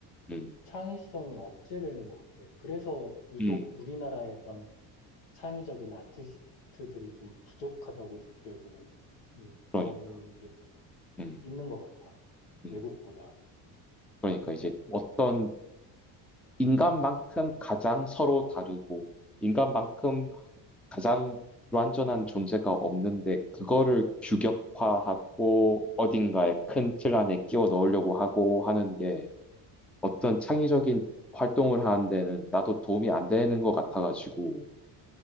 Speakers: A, in the centre; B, on the left.
A: 음,
B: 창의성이 억제되는 것 같아. 그래서 유독
A: 음,
B: 우리나라의 그런 창의적인 아티스트들이 좀 부족하다고 느껴지는 음,
A: 그러니까.
B: 그런 게
A: 음,
B: 있는 것 같아.
A: 음,
B: 외국보다.
A: 그러니까 이제 어떤 인간만큼 가장 서로 다르고, 인간만큼 가장 불완전한 존재가 없는데, 그거를 규격화하고 어딘가에 큰 틀 안에 끼워 넣으려고 하고 하는 게 어떤 창의적인 활동을 하는 데는 나도 도움이 안 되는 것 같아가지고,